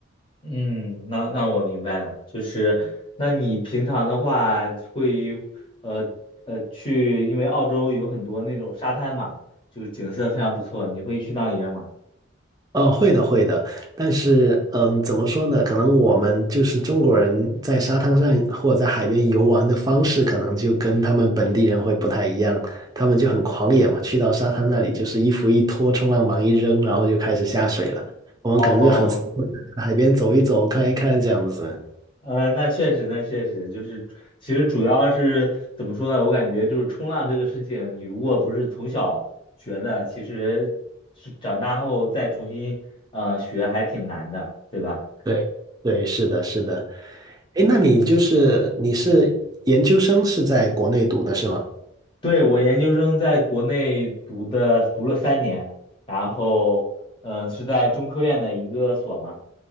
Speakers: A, on the left; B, on the right.
A: 嗯，那那我明白了，就是那你平常的话会呃呃去，因为澳洲有很多那种沙滩嘛，就是景色非常不错，你会去那里面吗？
B: 哦，会的，会的，但是，嗯，怎么说呢？可能我们就是中国人在沙滩上或者在海边游玩的方式，可能就跟他们本地人会不太一样。他们就很狂野嘛，去到沙滩那里就是衣服一脱，冲浪板一扔，然后就开始下水了。我们可能就很斯文海边走一走，
A: 哦，
B: 看一看这样子。
A: 呃，那确实，那确实就是，其实主要是怎么说呢？我感觉就是冲浪这个事情，你如果不是从小学的，其实是长大后再重新呃学还挺难的，对吧？
B: 对，对，是的，是的。哎，那你就是你是研究生是在国内读的是吗？
A: 对，我研究生在国内读的，读了三年，然后，嗯、是在中科院的一个所嘛。